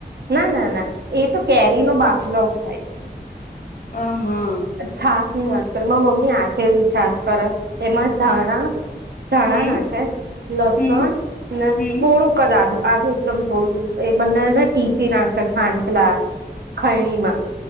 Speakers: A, on the right (about 75°); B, on the left (about 55°).
A: ના ના ના એ તો કેરી નો બાફલો થાય.
B: હ. હા.
A: છાસ ની વાત કરી માં મમ્મી હાથેલી છાસ કર. એમાં ધાણા ધાણા
B: હમ
A: નાખે લસણ
B: હમ હમ
A: થોડુંક જ આદુ. આજ એકદમ થોડું એ બને ને ટીચી નાખે ખાંડ પેલા ખૈણીમાં.